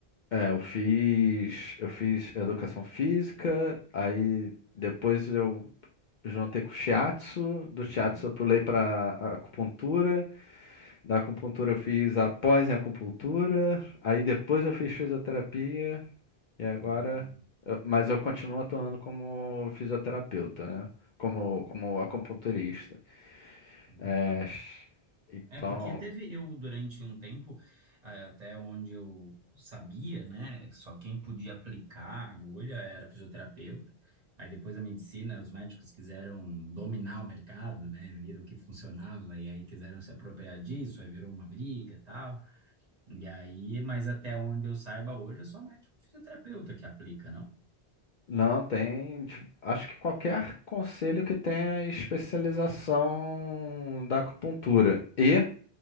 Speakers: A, on the left; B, on the right.
A: É, eu fiz, eu fiz educação física, aí depois eu juntei com o shiatsu, do
B: Uhum.
A: shiatsu eu pulei para acupuntura. Da acupuntura eu fiz a em acupuntura, aí depois eu fiz fisioterapia e agora,
B: Ah,
A: eu- mas eu continuo atuando como fisioterapeuta, né? Como,
B: entendi,
A: como acupunturista.
B: entendi.
A: É, então,
B: É, porque teve eu durante um tempo, eh, até onde eu sabia, né? Só quem podia aplicar a agulha era fisioterapeuta. Aí depois a medicina, os médicos quiseram dominar o mercado, né? Viram que funcionava e aí quiseram se apropriar disso, aí virou uma briga e tal. E aí, mas até onde eu saiba hoje é só médico e fisioterapeuta que aplica, não?
A: não tem, tipo, acho que qualquer conselho que tenha é especialização da acupuntura e